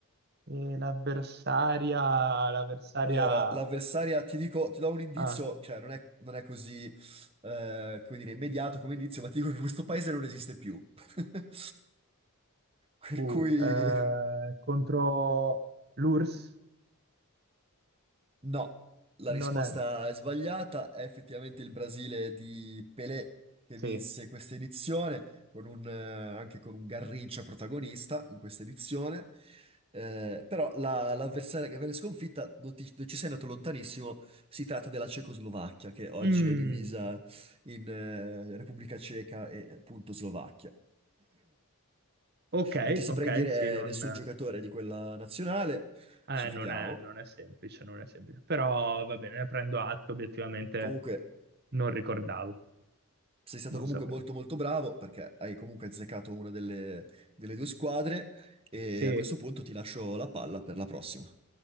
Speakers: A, on the right; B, on the right.
A: e l'avversaria, l'avversaria
B: Allora, l'avversaria, ti dico, ti do un indizio,
A: ah,
B: cioè non è, non è così, eh, come dire, immediato come indizio, ma ti dico che questo paese non esiste più. <laughs> Per
A: uh,
B: cui...
A: eh, contro l'URSS
B: No, la
A: non
B: risposta
A: è...
B: è sbagliata. È effettivamente il Brasile di Pelé che
A: Sì.
B: vinse questa edizione, con un, eh, anche con un Garrincha protagonista in questa edizione. Eh, però la- l'avversaria che venne sconfitta non, ti- non ci sei andato lontanissimo. Si tratta della Cecoslovacchia, che oggi
A: Mm,
B: è divisa in eh, Repubblica Ceca e eh, appunto Slovacchia.
A: ok,
B: Non ti saprei
A: ok,
B: dire
A: sì, non,
B: nessun giocatore di quella nazionale,
A: eh,
B: ci fidiamo.
A: non è, non è semplice, non è semplice, però va bene, ne prendo atto, obiettivamente
B: Comunque.
A: non ricordavo,
B: sei stato
A: non
B: comunque
A: sapevo.
B: molto molto bravo perché hai comunque azzeccato una delle, delle due squadre e
A: Sì.
B: a questo punto ti lascio la palla per la prossima.